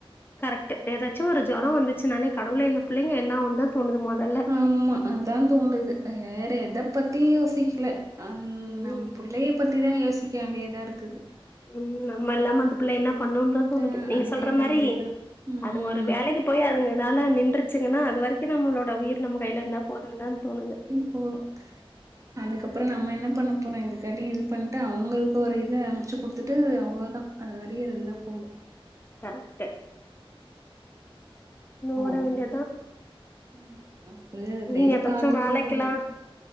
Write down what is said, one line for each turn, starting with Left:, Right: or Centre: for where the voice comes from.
Left: கரெக்ட் ஏதாச்சு ஒரு ஜொரோ வந்துச்சுன்னாலே கடவுளே இந்த பிள்ளைங்க என்ன உந்த தோணுது மொதல்ல
Right: ஆமா அதா தோணுது வேற எத பத்தியு யோசிக்கல அந்
Left: ம்,
Right: பிள்ளைய பத்திதா யோசிக்க வேண்டியதா இருக்குது
Left: ம் நம்ம இல்லாம அந்த பிள்ள என்ன பண்ணுன்னனு தா தோணுது
Right: அ
Left: நீங்க
Right: அதேதான்,
Left: சொல்ற மாரி
Right: அதேதான். ம்.
Left: அதுங்க ஒரு வேலைக்கு போய் அதுங்க இதால நின்றுச்சுங்கன்னா அது வரைக்கு நம்மளோட உயிர் நம்ம கையில இருந்தா போதுன்னு தா தோணுது
Right: ம் அதுக்கப்புறோ நம்ம என்ன பண்ண போறோ இதுக்காட்டு இது பண்டு அவுங்களுக்கு ஒரு இத அனுச்சி குடுத்துட்டு அவ்ளோதா அது வர இருந்தா
Left: ம்
Right: போது
Left: கரெக்ட்
Right: ம்
Left: ஓட
Right: ஓ
Left: வேண்டியது தான்.
Right: ஆமா அப்டே அப்டே
Left: நீங்க ஏதாச்சும்
Right: பாத்துட்டே
Left: வேலைக்கெல்லாம்
Right: போன